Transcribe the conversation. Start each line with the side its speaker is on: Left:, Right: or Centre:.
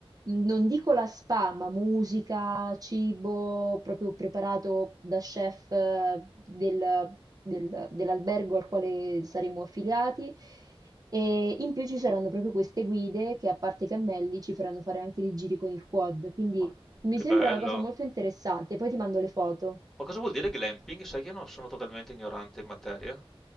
Right: non dico la spa, ma musica, cibo proprio preparato da chef eh, del- del- dell'albergo al quale saremo affiliati. E in più ci saranno proprio queste guide che, a parte i cammelli, ci faranno fare anche dei giri con il quad. Quindi
Centre: Ma
Right: mi
Centre: che
Right: sembra
Centre: bello!
Right: una cosa molto interessante. Poi ti mando le foto.
Centre: Ma cosa vuol dire glamping? Sai che io non sono totalmente ignorante in materia.